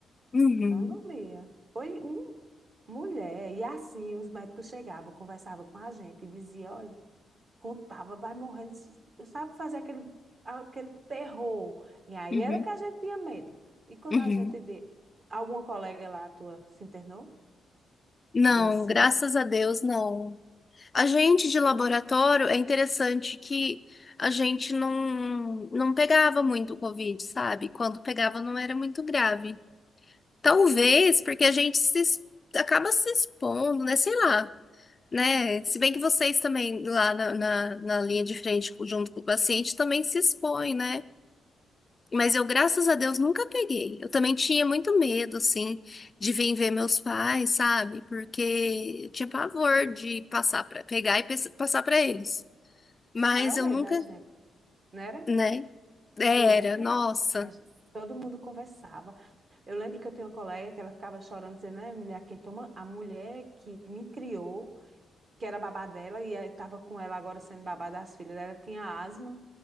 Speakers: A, on the left; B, on the right.
A: Uhum,
B: Não dormia. Foi Mulher, e assim os médicos chegavam, conversavam com a gente e diziam, olha, contava, vai morrendo, sabe fazer aquele, aquele terror. E aí
A: uhum,
B: era que a gente tinha medo. E quando
A: uhum.
B: a gente vê, alguma colega lá tua se internou
A: Não,
B: desse
A: graças a Deus, não. A gente de laboratório, é interessante que a gente não, não pegava muito o Covid, sabe? Quando pegava, não era muito grave. Talvez porque a gente se, es- acaba se expondo, né? Sei lá, né? Se bem que vocês também, lá na, na, na linha de frente, junto com o paciente, também se expõem, né? Mas eu, graças a Deus, nunca peguei. Eu também tinha muito medo, assim, de vir ver meus pais, sabe? Porque eu tinha pavor de passar para pegar e pes- passar para eles. Mas
B: o maior
A: eu
B: medo
A: nunca,
B: da gente, não era?
A: né? Era,
B: Tu lembra?
A: nossa.
B: A gente- todo mundo conversava. Eu lembro que eu tinha uma colega que ela ficava chorando, dizendo, né mulher, quem toma, a mulher que me criou que era babá dela, e estava com ela agora sendo babá das filhas. Ela tinha asma